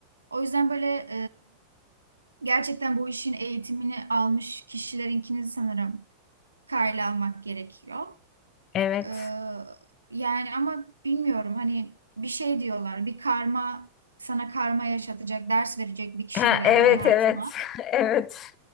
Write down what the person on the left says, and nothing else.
Evet.
Ha,
evet,
evet. <laughs> Evet. <laughs>